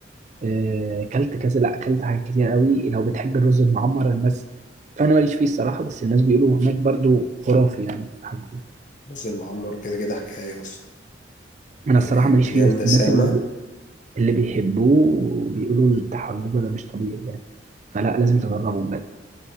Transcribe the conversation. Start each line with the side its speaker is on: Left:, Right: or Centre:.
Right: آه، اكلت كذا لا اكلت حاجات كتير قوي لو بتحب الرز المعمر الناس انا ماليش فيه الصراحه بس الناس بيقولوا هناك برضو خرافي يعني في حجوجه
Left: المعمر كده كده حكاية اصلا
Right: انا
Left: يعني
Right: الصراحه ماليش
Left: مليان
Right: فيه بس
Left: دسامة
Right: الناس اللي بي- اللي بيحبوه بيقولوا بتاع حجوجه ده مش طبيعي يعني فلا لازم تجربه بجد